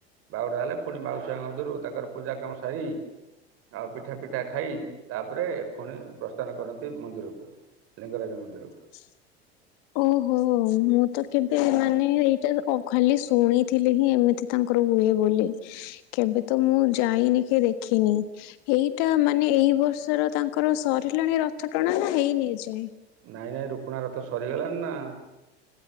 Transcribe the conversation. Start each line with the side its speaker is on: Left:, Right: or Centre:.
Right: ବାହୁଡା ହେଲେ ପୁଣି ମାଉସୀଆ ମଧରୁ ତାଙ୍କର। ପୂଜ କାମ ସାରି ଆଉ ପିଠା ପିଠା ଖାଇ ତାପରେ ପୁଣି ପ୍ରସ୍ଥାନ କରନ୍ତି ମନ୍ଦିରକୁ। ଲିଙ୍ଗରାଜ ମନ୍ଦିରକୁ।
Left: <unintelligible> ଓହୋ ମୁଁ ତ କେବେ ମାନେ ଏଇଟା ଖାଲି ଶୁଣିଥିଲି ହିଁ ଏମିତି। ତାଙ୍କର ହୁଏ ବୋଲି କେବେ ତ ମୁଁ ଯାଇନି କି ଦେଖିନି। ଏଇଟା ମାନେ ଏଇ ବର୍ଷର ତାଙ୍କର ସରିଲାଣି ରଥ ଟଣା ନା ହେଇନି ଏଯାଏ।
Right: ନାଇଁ ନାଇଁ ରୁକୁଣା ରଥ ସରିଗଲାଣି ନା।